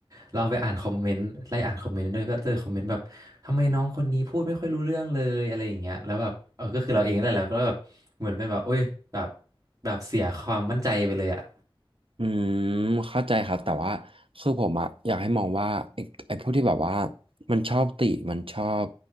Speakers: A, on the right; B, on the right.
A: เราไปอ่านคอมเมนต์ไล่อ่านคอมเมนต์ด้วยก็เจอคอมเมนต์แบบทำไมน้องคนนี้พูดไม่ค่อยรู้เรื่องเลยอะไรอย่างเงี้ยแล้วแบบเออก็คือเราเองแหละเราก็แบบเหมือนเป็นแบบโอ้ยแบบแบบเสียความมั่นใจไปเลยอ่ะ
B: อืมเข้าใจครับแต่ว่าคือผมอะอยากให้มองว่าไอ้ไอ้พวกที่แบบว่ามันชอบติมันชอบ